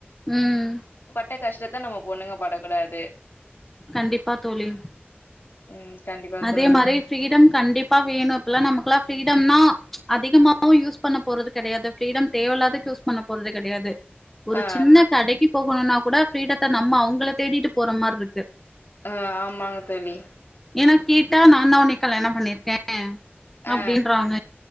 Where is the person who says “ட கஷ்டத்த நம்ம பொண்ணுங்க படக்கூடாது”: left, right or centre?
Left